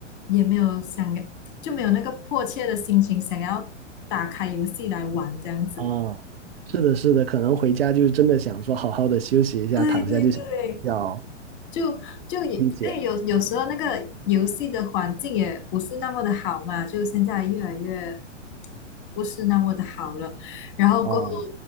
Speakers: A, on the left; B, on the right.
A: 也没有想要，就没有那个迫切的心情想要打开游戏来玩这样子。
B: 啊，是的，是的，可能回家就真的想说好好的休息一下，
A: 对对对。
B: 躺下就想睡觉哦。
A: 就就也，
B: 理解
A: 哎，有有时候那个游戏的环境也不是那么的好嘛，就现在越来越不是那么的好了。然后过后
B: 哦，